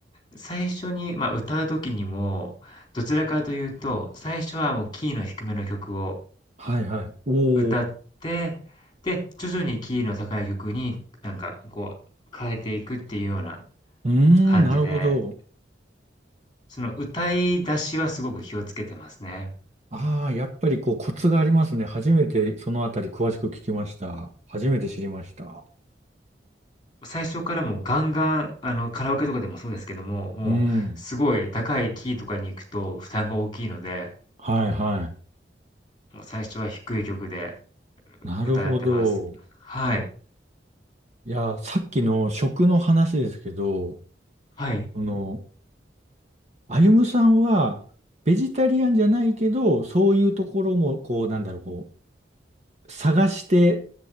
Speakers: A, on the left; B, on the right.
A: 最初に、まあ、歌う時にも、どちらかというと、最初はもうキーの低めの曲を
B: はいはい。おお。
A: 歌って、で、徐々にキーの高い曲になんかこう変えていくっていうような
B: うーん、
A: 感じで、
B: なるほど。
A: その歌い出しはすごく気をつけてますね。
B: ああ、やっぱりこうコツがありますね。初めてそのあたり詳しく聞きました。初めて知りました。
A: 最初からもうガンガン、あの、カラオケとかでもそうですけども、もうすごい高いキーとかに行くと負担が大きいので、
B: うん。はいはい。
A: もう最初は低い曲で、
B: なるほど。
A: う歌ってます。はい。
B: いや、さっきの食の話ですけど、
A: はい。
B: あの、歩夢さんは、ベジタリアンじゃないけど、そういうところも、こう、なんだろう、こう、探して、